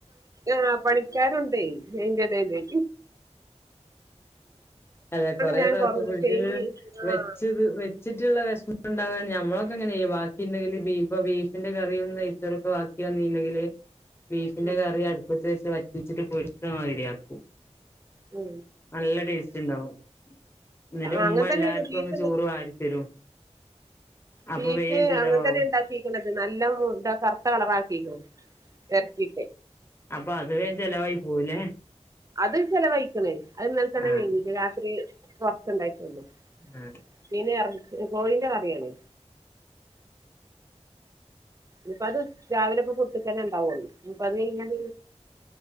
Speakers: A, on the right; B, on the left.
A: ആഹ് പണിക്കാറുണ്ടേ അയിൻ്റെടേല്
B: അതെ കൊറേ
A: ഞാൻ
B: ദിവസം
A: കൊറഞ്ഞു
B: ഫ്രിഡ്ജില്
A: കഴിഞ്ഞ്
B: വെച്ചത്
A: ആഹ്
B: വെച്ചിട്ടുള്ള വിഷമം ഉണ്ടാവാണ് ഞമ്മളൊക്കെ അങ്ങനെയാ ചെയ്യ ബാക്കി ഇണ്ടെങ്കില് ബീഫ് ബീഫിന്റെ കറിയ് എന്തേ ചെലപ്പോ ബാക്കി വന്നില്ലെങ്കില് ബീഫിന്റെ
A: ഉം
B: കറി അടുപ്പത്ത് വെച്ചിട്ട് വറ്റിച്ചിട്ട് പൊരിച്ച മാതിരിയാക്കും
A: മ്
B: നല്ല ടേസ്റ്റ് ഇണ്ടാവും എന്നിട്ട് ഉമ്മ
A: അങ്ങനെ തന്നെയാണ്
B: എല്ലാർക്കും
A: ബീഫ്
B: അങ്ങ് ചോറ് വാരിത്തരും അപ്പൊ
A: ബീഫ്
B: വേഗം ചെലവാവും
A: അങ്ങനെ തന്നെ ഇണ്ടാക്കിക്കണത് നല്ല മൂത്ത കറുത്ത കളറാക്കിരിക്കും ഇറച്ചി
B: അപ്പ അത് വേഗം ചെലവായി പോവൂലേ
A: അത് ചെലവഴിക്ക്ണ് അത് ഇന്നലെ തന്നെ
B: ആഹ്
A: കയ്ഞ്ഞു രാത്രി കുറച്ചുണ്ടായിട്ടെ ഉള്ളു
B: ആഹ്
A: പിന്നെ എറച്ചി കോയിന്റെ കറിയാണ് ഇപ്പ അത് രാവിലെ ഇപ്പൊ കുട്ടിക്കനെ ഉണ്ടാവല്ലോ ഇനിപ്പ അത് ഇങ്ങനെ